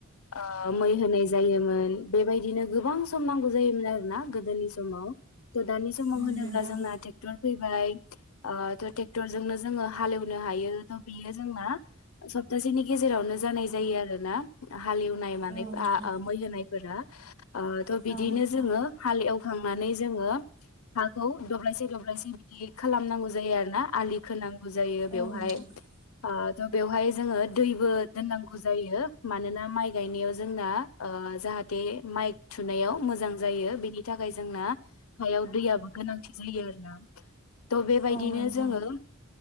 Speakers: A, on the left; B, on the right.
A: ओ मै होनाय जायोमोन बेबायदिनो गोबां सम नांगौ जायोमोन आरोना गोदोनि सम समाव थ दानि समाव
B: उम
A: होनोब्ला
B: नोंथां
A: जोंना ट्रेक्टर फैबाय ओ थ ट्रेक्टरजोंनो जोङो हालेवनो हायो थ बेयो जोंना सप्तासेनि गेजेरावनो जानाय जायो आरो ना हालेवनाय लानायफा
B: औ नोंथां
A: ओ मै होनायफोरा ओ थ बिदिनो
B: औ नोंथां
A: जोंङो हाल एव खांनानै जोङो। हाखौ दब्लायसे दब्लायसे बिदि खालामनांगौ जायो आरो ना आलि खोनां जायो
B: औ
A: बेवहाय
B: नोंथां उम
A: ओ त बेवहाय जोङो दैबो दोननांगौ जायो मानोना माइ गायनायाव जोंना ओ ओ जाहाथे माइ थुनायाव मोजां जायो बेनि थाखाय जोंना हायाव दैयाबो गोनांथि जायो आरो ना। थ बेबायदिनो
B: औ नोंथां
A: जोङो